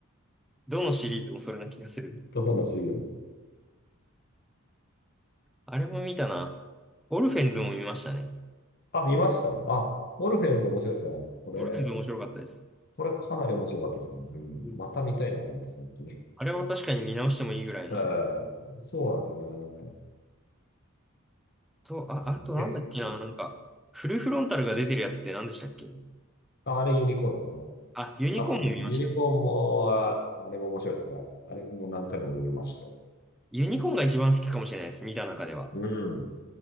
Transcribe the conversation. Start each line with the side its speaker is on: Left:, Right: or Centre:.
Centre: どのシリーズもそれな気がする。
Left: と話を。
Centre: あれも見たな。オルフェンズも見ましたね。
Left: あ、見ましたあ、オルフェンズ面白いですね。これ、
Centre: オルフェンズ面白かったです。
Left: これかなり面白かったですね。うん。
Centre: うん。
Left: また見たいなと思って、最近。
Centre: あれは確かに見直してもいいぐらいの。
Left: <laughs> えー、そうなんですよ
Centre: と、
Left: ね。
Centre: あ、あとなんだっけな、
Left: 結構。
Centre: なんか、フルフロンタルが出てるやつって何でしたっけ
Left: あ、あれユニコーンですね。
Centre: あ、ユニコーンも見ました。
Left: あ、そう、ユニコーンも、あ、あれも面白いですね。あれも何回も見ましたよ。
Centre: ユニコーンが一番好きかもしれないです、見た中では。
Left: うん。